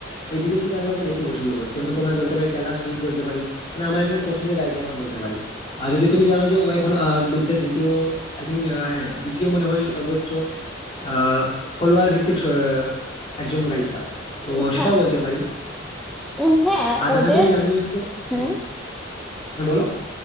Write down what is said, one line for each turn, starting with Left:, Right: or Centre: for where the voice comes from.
Left: ওই বিদেশি গানগুলোকে বেশি পছন্দ করছি যেমন তোমার বলতে পারি টেলর সুইট বলতে পারি মানে আমার একজন পছন্দের গায়িকা এখন বলতে পারি আর যদি তুমি জানো যে ও এখন আহ, বিশ্বের দ্বিতীয় আই থিঙ্ক হ্যাঁ দ্বিতীয় মনে হয় সর্বোচ্চ আহ ফলোয়ার ভিত্তিক স- একজন গায়িকা তো সেটাও
Centre: হ্যাঁ
Left: বলতে পারি
Centre: উম, হ্যাঁ
Left: হ্যাঁ, আর তাছাড়া
Centre: ওদের
Left: তুমি জানবে নিশ্চয়ই
Centre: হুম
Left: হুম, হ্যাঁ বলো